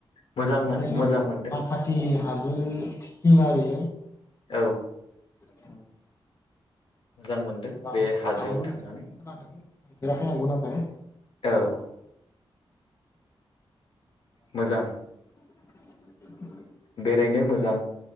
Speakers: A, on the left; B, on the left.
A: मोजां
B: बबे नाखाथि
A: मोजां मोनदों
B: हाजो सिमा बे
A: औ
B: औ।
A: मोजां मोनदों
B: मोजां
A: बे हाजोआव
B: आंबो
A: थांनानै
B: बेखौ खोनादों नुफेराखै नंगौ नाथाय
A: औ मोजां।
B: <inaudible>
A: बेरायनो मोजां